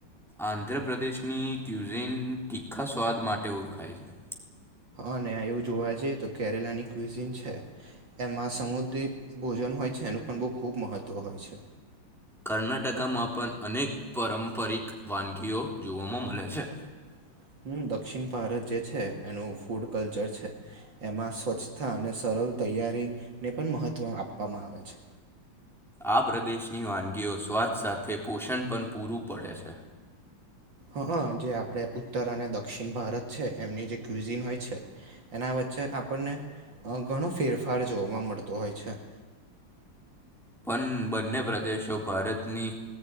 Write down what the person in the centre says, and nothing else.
આંધ્ર પ્રદેશની ક્યુઝેન તીખા સ્વાદ માટે ઓળખાય છે.
કર્ણાટકામાં પણ અનેક પારંપરિક વાનગીઓ જોવામાં મળે છે.
આ પ્રદેશની વાનગીઓ સ્વાદ સાથે પોષણ પણ પૂરું પડે છે,
પણ બંને પ્રદેશો ભારતની